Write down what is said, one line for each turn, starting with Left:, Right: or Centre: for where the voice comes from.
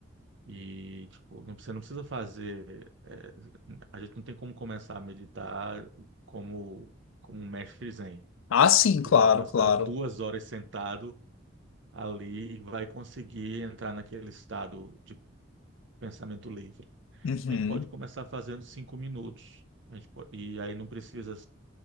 Right: E, tipo, não, você não precisa fazer, é, a gente não tem como começar a meditar como, como um mestre zen,
Left: Ah, sim,
Right: que
Left: claro,
Right: vai passar
Left: claro.
Right: duas horas sentado ali e vai conseguir entrar naquele estado de pensamento livre.
Left: Uhum.
Right: A gente pode começar fazendo cinco minutos. A gente po- e aí não precisa.